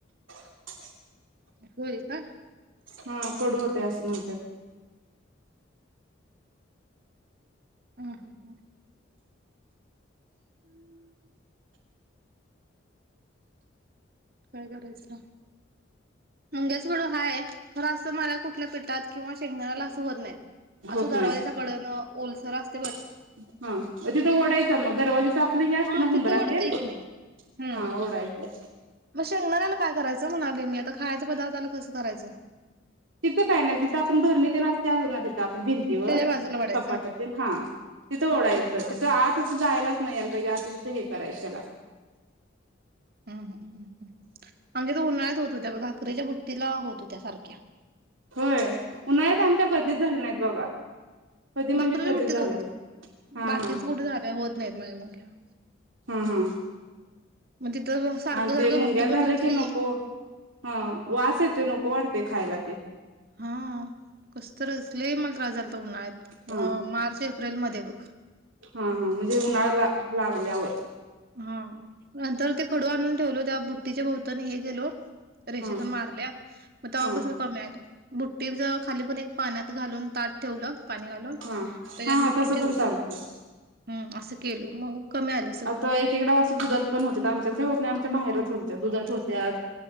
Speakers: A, on the right; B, on the right.
A: <unintelligible>
B: होय का.
A: हा कडू होतेय असं म्हणत्यात
B: हम हा ह हम्म काय करायचं मुंग्याचा खडू हाय,, खरं असं मला कुठल्या पिठात किंवा शेंगदाण्याला असं होत नाहीत. असं
A: होत
B: दरवाज्याच्या
A: नाहीत
B: कडन,, ओलसर असतऽऽ
A: हा, तिथं ओढायचं मग,, दरवाजेच आपलं हे असते
B: हा
A: ना
B: तिथं
A: हुंबरा
B: वाढतंय
A: तनऽऽ
B: की नाही हम्म.
A: हा ओडायच
B: मग शेंगदाण्याला काय करायचं म्हणालोय मी,, आता खायच्या पदार्थाला कसं करायचंऽ
A: तिथं काय नाय,, जिथं आपण भरणी तन आसत्याऽऽ आप भिंतीवर,
B: त्याच्या बाजूला वाढायचं.
A: कपाटात, तन, हा,, तिथं ओढायचं
B: हा
A: तिथं आत असं जायलाऽऽ नाही याला पाहिजे असं तस हे करायचं त्याला
B: हम् हम ह आमच्यात उन्हाळ्यात होत होता बगा भाकरीेच्या बुट तिला होत होत्या सारख्या
A: होय उन्हाळ्यात आमच्या कधीच झाले नाहीत बघा कधी म्हणजे
B: भाकरीची
A: कधीच
B: बुटी
A: झालं
B: ठेव
A: नाही
B: इथ
A: हा
B: बाकीच
A: हा
B: कुठ जागा होत नाहीत मांडून ठेव
A: हम्म हम
B: तिथं सारखं
A: आणि
B: सारखं
A: ते मुंग्या
B: बुट्टी
A: झालं
B: पण धुतली
A: की नको हा वास येतोय नको वाटतय खायला ते.
B: हा कस तरच लेई मला त्रास झालता उन्हाळ्यात
A: हा
B: मार्च एप्रिलमध्ये ब
A: हा हा म्हणजे उन्हाळा लाग लागल्याव
B: हा नंतर ते खडू आणून ठेवलो त्या बुट्टीच्या भवतनी हे गेलो रेषा
A: हा
B: दोन मारल्या मग तवापासान
A: हा
B: कमी आल. टीप जवळ खाली पण एक पाण्यात घालून तााट ठेवलं पाणी घालून
A: हा
B: त्याच्यात
A: हा हा
B: बुट्टी
A: तसं
B: ठेवली.
A: पण चालतंय
B: हम्म असं केलो मग कमी आलं सगळं
A: आता एकीकड अस दुधात पण होतात आमच्यात काही होत नाही आ माहेरात होत्यात दुधात होत्यात